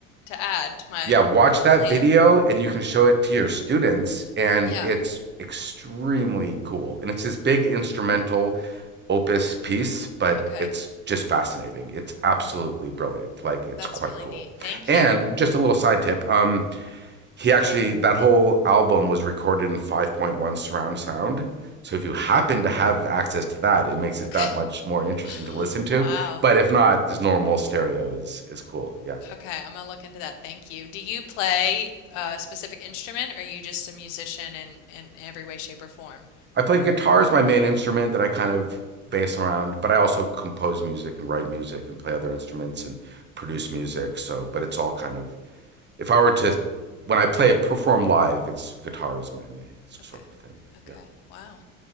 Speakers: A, on the left; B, on the right.
A: to add to my
B: Yeah, watch that
A: plan.
B: video and you can show it to your students and
A: Yeah.
B: it's extremely cool. And it's this big instrumental opus piece, but
A: Okay.
B: it's just fascinating. It's absolutely brilliant. Like it's
A: That's
B: quite
A: really
B: cool.
A: neat. Thank
B: And
A: you.
B: just a little side tip, um he actually that whole album was recorded in 5.1 surround sound so if you happen
A: Okay.
B: to have access to that it makes it
A: Okay.
B: that much more interesting to listen
A: <laughs>
B: to
A: Wow.
B: but if not just normal stereo is is cool yeah
A: Okay. I'm gonna look into that. Thank you. Do you play a specific instrument or are you just a musician in in every way, shape, or form?
B: i play guitar as my main instrument that i kind of base around but i also compose music and write music and play other instruments and produce music so but it's all kind of if i were to when i play perform live it's guitar is my main sort
A: Okay.
B: of thing
A: Okay.
B: yeah
A: Wow.